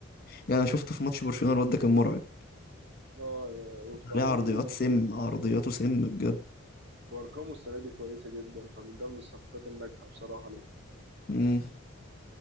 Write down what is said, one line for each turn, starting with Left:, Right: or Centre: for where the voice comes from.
Left: يعني انا شفته في ماتش برشلونة الواد ده كان مرعب
Right: اه وفي العموم
Left: ليه عرضيات سم عرضياته سم بجد
Right: وأرقامه السنة دي كويسة جدا فمن ده من الصفقات الناجحة بصراحة ليه
Left: مم.